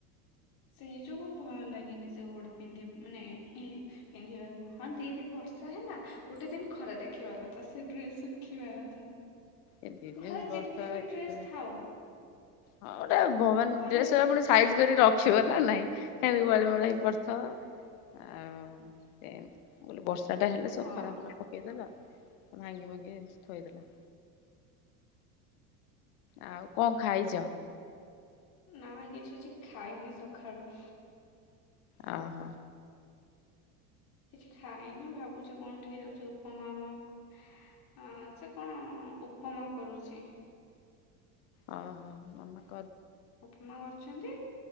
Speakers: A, on the left (about 50°); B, on the left (about 65°).
A: ସେଇ ଯୋଗୁଁ ଭଲ ଲାଗେନି ସେ ଗୁଡା ପିନ୍ଧି ମାନେ ଇଁ ପିନ୍ଧିବାକୁ ହଁ ଦି ଦିନ ବ ବର୍ଷା ହେଲା ଗୋଟେ ଦିନ ଖରା ଦେଖେଇବା କଥା ସେ ଡ୍ରେସ ଶୁଖିବା କଥା।
B: ଏ ଦି ଦିନ
A: ଘରେ
B: ବର୍ଷା
A: ଯେତେ ବି
B: ଏତେ
A: ଡ୍ରେସ ଥାଉ
B: ହଁ ଗୋଟେ ଭ ମାନେ
A: ଘରେ
B: ଡ୍ରେସ ପୁଣି ସାଇଜ୍ କରି ରଖ ଖିବ ନା ନାଇଁ ହେନ୍ତି ଗୋଳମୋଳ ହେଇକି ପଡଥବ। ଆଉ ସେନ୍ତି ମୁଁ କହିଲି ବର୍ଷା ଟା ହେଲେ
A: ହଁ
B: ସବୁ ଖରା ପରା ରେ ପକେଇଦେଲ ଭାଙ୍ଗି ଭୁଙ୍ଗି ଥୋଇଦେଲ ଆଉ କଣ ଖାଇଚ?
A: ନା କିଛି ଆଜି ଖାଇନି ସକାଳୁ।
B: ଅ ହୋ।
A: କିଛି ଖାଇନି ଭାବୁଚି କଣ ଟିକେ ଯାଉଛି ଉ ଉପମା କଁ ଅଁ ସେ କଣ ଉପମା କରୁଚି
B: ଓ ହୋ ଭଲ
A: ଉପମା କରୁଚନ୍ତି।